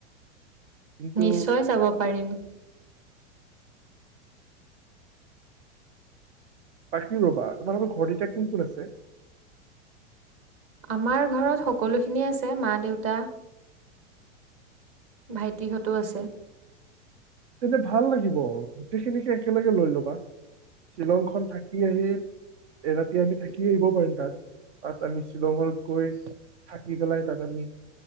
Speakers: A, on the right; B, on the right.
A: কিন্তু
B: নিশ্চয় যাব পাৰিম।
A: বাকি ৰবা তোমালোকৰ ঘৰত এতিয়া কোন কোন আছে।
B: আমাৰ ঘৰত সকলোখিনিয়ে আছে মা দেউতা। ভাইটিহঁতো আছে।
A: তেন্তে ভাল লাগিব গোটেইখিনিকে একেলগে লৈ ল'বা। শ্বিলং খন থাকি আহি এৰাতি আমি থাকি আহিব পাৰিম তাত। তাত আমি শ্বিলঙত গৈ থাকি পেলাই তাত আমি